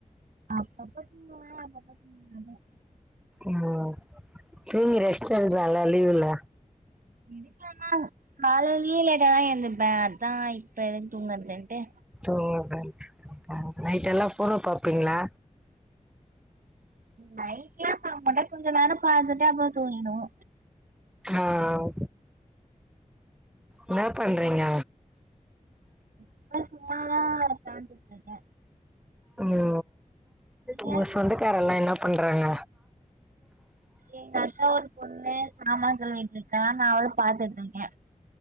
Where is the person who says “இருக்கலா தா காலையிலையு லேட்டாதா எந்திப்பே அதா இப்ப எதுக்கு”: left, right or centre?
Right